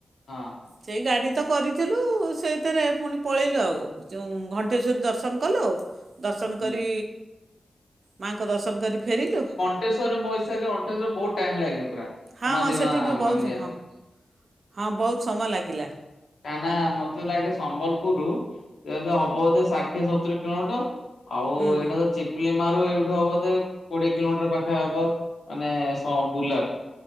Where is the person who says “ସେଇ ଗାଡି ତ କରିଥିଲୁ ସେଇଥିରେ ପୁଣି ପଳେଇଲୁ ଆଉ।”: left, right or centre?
Right